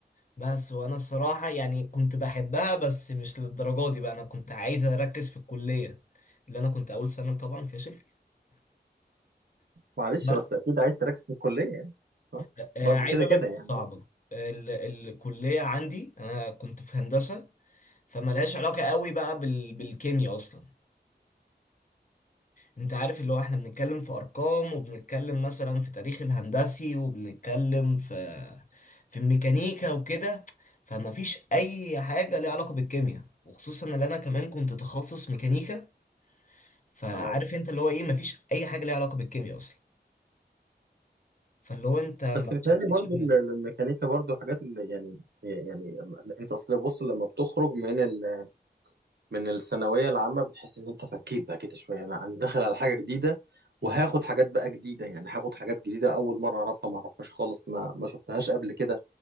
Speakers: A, on the left; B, on the right.
A: بس وانا الصراحة يعني كنت بحبها بس مش للدرجة دي بقى انا كنت عايز اركز في الكلية اللي انا كنت اول سنة طبعا فاشل فيها
B: معلش
A: بس
B: بس أكيد عايز تركز في الكلية يعني أه
A: آه آه،
B: برضه
A: عايز
B: كده
A: اقول
B: كده
A: لك صعبة
B: يعني
A: ال الكلية عندي انا كنت في هندسة فملهاش علاقة قوي بقى بال بالكيمياء اصلا انت عارف اللي هو احنا بنتكلم في ارقام وبنتكلم مثلا في تاريخ الهندسي وبنتكلم في في الميكانيكا وكده فما فيش اي حاجه ليها علاقه بالكيمياء وخصوصا ان انا كمان كنت تخصص ميكانيكا فعارف
B: أه
A: انت اللي هو ايه ما فيش اي حاجه ليها علاقه بالكيمياء اصلا فاللي هو انت ما
B: بس بيتهيألي
A: تشتتش
B: برضه
A: دماغك
B: ال- ال- الميكانيكا برضه حاجات اللي يعني يعني ال- أنت أصل بص لما بتخرج من ال من الثانوية العامة بتحس إن أنت فكيت بقى كده شوية أنا أنا داخل على حاجة جديدة
A: مم.
B: وهاخد حاجات بقى جديدة يعني هاخد حاجات جديدة أول مرة أعرفها ما أعرفهاش خالص ما ما شفتهاش قبل كده